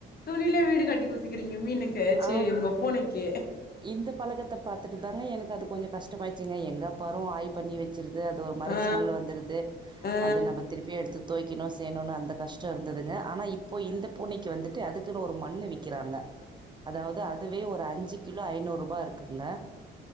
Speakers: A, on the left; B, on the right.
A: துணில வீடு கட்டி குத்துக்கிறீங்க மீனுக் க்கே சீ
B: ஆ
A: உங்க பூனைக்கு
B: இந்த பழக்கத்த பாத்துட்டு தாங்க எனக்கு அது கொஞ்சோ கஷ்டமா ச்சுங்க எங்க பா ஓ ஆய் பண்ணி வச்சிருது அது ஒரு மாரி
A: ஆ
B: ஸ்மெல் வந்துருது
A: ஆ
B: அது நம்ம திருப்பி எடுத்துத் துவைக்கணூ செய்யணூனு அந்த கஷ்டோ இருந்ததுங்க ஆனா இப் போய் இந்த பூனைக்கு வந்துட்டு அதுக் குன்னு ஒரு மண்ணு விக்கிறாங்க அதாவது அதுவே ஒரு அஞ்சி கிலோ ஐநூற்ரூபா இருக்குங்க